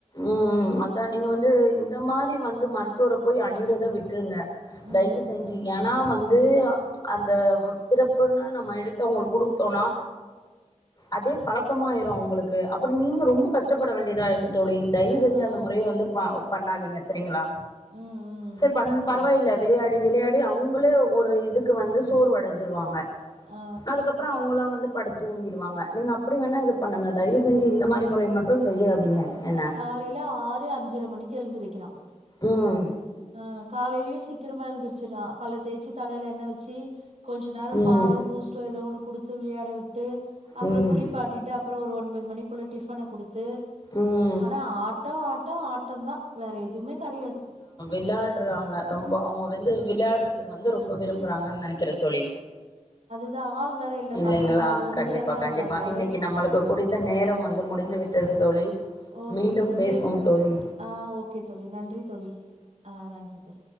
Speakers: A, on the left; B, on the right.
A: உம் அதான் நீங்க வந்து இந்த மாரி வந்து மருத்துவரை போய் அணியிறத விட்டுருங்க
B: ம்
A: தயவு செஞ்சு ஏன்னா வந்து அது அந்த சிறப்புன்னு நம்ம எடுத்து அவங்களுக்கு கொடுத்தோம்னா அதே பழக்கமாயிரும் அவங்களுக்கு அப்பறம் நீங்க ரொம்ப கஷ்டப்பட வேண்டியதாகும் <unintelligible> தயவு
B: அ
A: செஞ்சு
B: ஆ
A: அந்த முறய வந்து பண்ணாதீங்க சரிங்களா
B: ம் ம்
A: சரி பண்
B: சரி
A: பரவாயில்ல
B: சரி
A: விளையாடி விளையாடி அப்டி அவங்களே ஒரு இதுக்கு வந்து சோர் அடஞ்சிருவாங்க
B: ஆ
A: அதுக்கப்பறம் அவங்களாம் வந்து படுத் தூங்கிருவாங்க நீங்க அப்டி வேணா இது பண்ணுங்க தயவு செஞ்சு இந்த மாரி முறய மட்டும் செய்யாதீங்க என்ன
B: காலையில ஆறு அஞ்சர மணிக்கு எழுந்திருக்கிறான்
A: உஹம்
B: ஆஹ் காலையிலயும் சீக்கிரமா எழுந்துரு <unintelligible> பல்ல தேச்சு தலையில எண்ணெ வச்சு கொஞ்ச நேரம்
A: ம்
B: பாலும் பூஸ்ட்டும் எதொ ஒன்னு குடுத்து விளயாடவிட்டு அப்பறம்
A: ம்
B: குளிப்பாட்டிட்டு அப்பறம் ஒரு ஒன்பது மணிக் க்குள்ளே டிஃபனு குடுத்து
A: ம்
B: ஆனால் ஆ ஆட்டோ ஆட்டோ ஆட் மட்டம் தான் வேற எதுமே கெடயாது
A: விளயாடுறாங்க ரொம்ப அவங்க வந்து விளயாடுறதுக்கு வந்து ரொம்ப விரும்புறாங்க என்னனு நெனக்கிறே தொழி
B: இந்த ஆள் வேற இல்ல
A: இல்லங்களா
B: பசங்க அவரு ஒண்டியாதா
A: கண்டிப்பா கண்டிப்பா
B: இருக்காரு
A: இன்னைக்கு நம்மளுக்கு குடித்த நேரம் வந்து முடி இந்து விட்டது தோழி
B: ஓகே
A: மீண்டும்
B: தோழி
A: பேசுவோம்
B: மே
A: தோழி
B: ஆஹ் ஓகே தோழி நன்றி தோழி ஆஹ் நன்றி தோழ